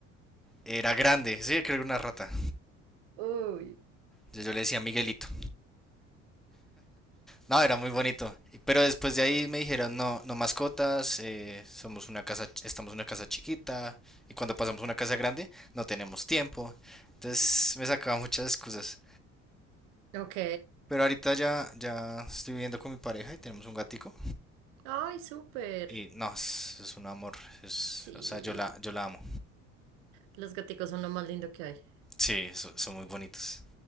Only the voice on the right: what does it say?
Uy.
Ok.
Ay, súper.
Sí,
los gaticos son lo más lindo que hay.